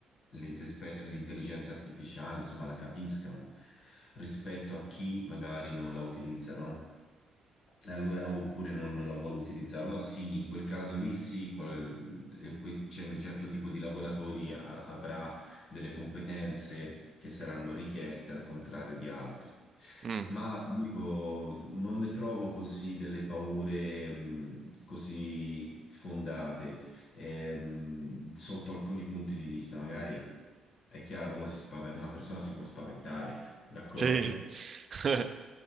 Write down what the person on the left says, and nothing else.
le- rispe- l'intelligenza artificiale, insomma, la capiscano rispetto a chi magari non la utilizza, no? E Allora, oh, oppure non, non la vuole utilizzare. Allora sì, in quel caso lì sì, qual- eh, que- c'è un certo tipo di lavoratori a- avrà delle competenze che saranno richieste al contrario di altri.
Ma ti dico, non le trovo così delle paure mh, così fondate ehm, sotto alcuni punti di vista. Magari è chiaro, uno si spaven- una persona si può spaventare, d'accordo.